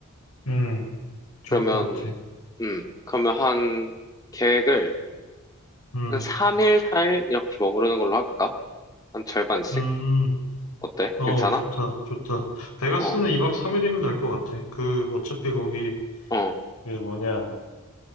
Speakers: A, on the left; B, on the left.
A: 음, 좋을
B: 그러면,
A: 것 같아.
B: 음, 그러면 한 계획을
A: 음,
B: 한 3일, 4일 이렇게 머무르는 걸로 할까? 한 절반씩?
A: 음,
B: 어때?
A: 어,
B: 괜찮아?
A: 좋다, 좋다. 베가스는
B: 어,
A: 2박 3일이면 될 것 같아. 그, 어차피 거기,
B: 어,
A: 그 뭐냐.